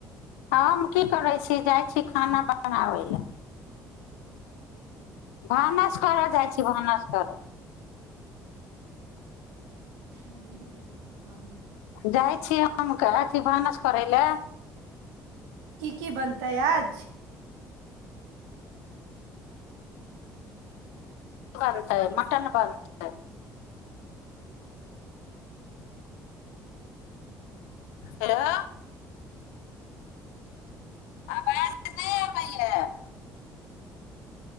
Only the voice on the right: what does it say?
<unintelligible>
की की बनतै आज